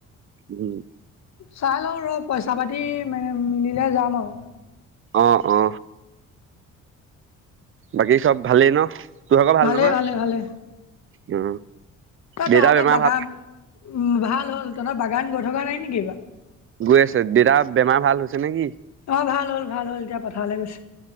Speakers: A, on the right; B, on the left.
A: উম
B: চাই লওঁ ৰ পইচা পাতি মানে মিলিলে যাম আৰু
A: আহ অ বাকী চব ভালেই ন তোৰভাগৰ ভাল
B: ভালে
A: নহয়
B: ভালে ভালে
A: অ
B: ত
A: দেউতাৰ
B: তহঁতৰ
A: বেমাৰ
B: বাগান
A: ভাল
B: উ ভাল হ'ল তহঁত বাগান গৈ থকা নাই নেকিিবা
A: গৈ আছে দেতাৰ বেমাৰ ভাল হৈছে নেকি।
B: অ' ভাল হ'ল- ভাল হ'ল এতিয়া পঠাৰলৈ গৈছে।